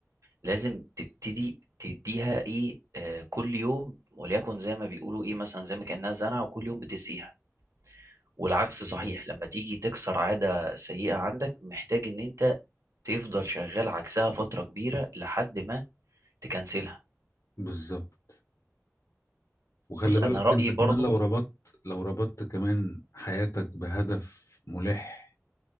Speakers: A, on the right (about 80°); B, on the left (about 70°).
A: لازم تبتدي تديها ايه آه كل يوم وليكن زي ما بيقولوا ايه مثلا زي ما كانها زرعه وكل يوم بتسقيها والعكس
B: بالظبط
A: صحيح لما تيجي تكسر عاده سيئه عندك محتاج ان انت تفضل شغال عكسها فتره كبيره لحد ما تكنسلها
B: بالظبط وخلي
A: بص
B: بالك
A: انا رايي
B: انت كمان
A: برضو
B: لو ربطت لو ربطت كمان حياتك بهدف ملح